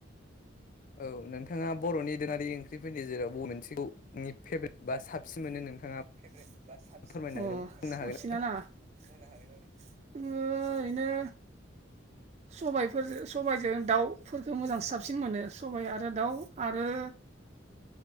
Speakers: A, on the left (about 45°); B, on the right (about 35°).
A: औ नोंथाङा बर'नि दोरोङारि ओंख्रिफोरनि गेजेराव बबे मोनसेखौ फेभरेट बा साबसिन मोनो नोंथाङा
B: फेभ्रेट बा सा अ
A: फोरमायनो हागोन बुंनो
B: साबसिन
A: हागोन
B: ना आङो ओरैनो सबायफोरजों सबायजों दाउफोरखौ मोजां साबसिन मोनो सबाय आरो दाउ आरो
A: <inaudible>